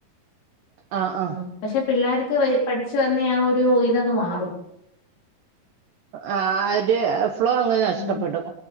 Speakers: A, on the right; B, on the left.
A: ആഹ് ആഹ്
B: ആ പക്ഷെ പിള്ളേർക്ക് പഠിച്ചു വന്ന ആ ഒരു- ഇതങ്ങ് മാറും
A: ആ അത് ഫ്ലോ അങ്ങ് നഷ്ടപ്പെടും.
B: ഉം